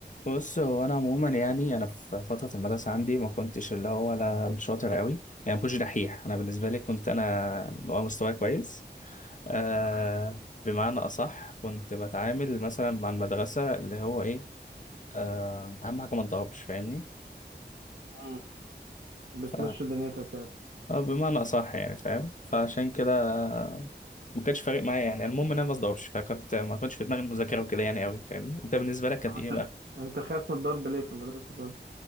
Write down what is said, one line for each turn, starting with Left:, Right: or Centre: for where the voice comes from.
Left: بص هو انا عموما يعني انا في فتره المدرسه عندي ما كنتش اللي هو ولا شاطر قوي يعني ما كنتش دحيح انا بالنسبه لي كنت انا اللي هو مستواي كويس آه
Right: تمام
Left: بمعنى اصح كنت بتعامل مثلا مع المدرسه اللي هو ايه آه اهم حاجه ما اتضربش فاهمني
Right: امم بتمشي
Left: ف
Right: دنيتك يعني
Left: آه، بمعنى اصح يعني فاهم فعشان كده آه، ما كانش فارق معايا يعني المهم ان انا ما اتضربش فكنت ما كنتش في دماغي المذاكره وكده يعني قوي فاهمني انت بالنسبه لك كانت
Right: طب
Left: ايه بقى؟
Right: انت انت خايف من الضرب ليه في مدرسة الضرب